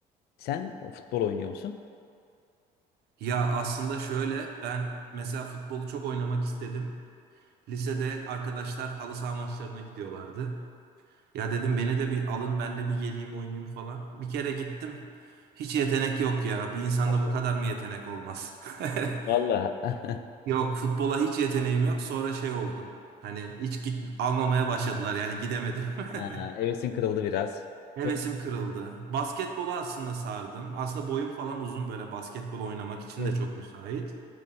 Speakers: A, on the left (about 70°); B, on the right (about 70°).
A: Sen futbol oynuyor musun?
B: Ya aslında şöyle ben mesela futbolu çok oynamak istedim. Lisede arkadaşlar halı saha maçlarına gidiyorlardı. Ya dedim beni de bir alın ben de bir geleyim oynayayım falan. Bir kere gittim. Hiç yetenek yok ya. Bir insanda
A: Allah.
B: bu kadar mı yetenek olmaz? <laughs>
A: Vallahi. <laughs>
B: Yok futbola hiç yeteneğim yok. Sonra şey oldu. Hani hiç git almamaya başladılar yani gidemedim. <laughs>
A: Ha, Hevesin kırıldı biraz.
B: Hevesim
A: Tüh.
B: kırıldı. Basketbola aslında sardım. Aslında boyum falan uzun böyle basketbol oynamak için
A: Evet.
B: de çok müsait.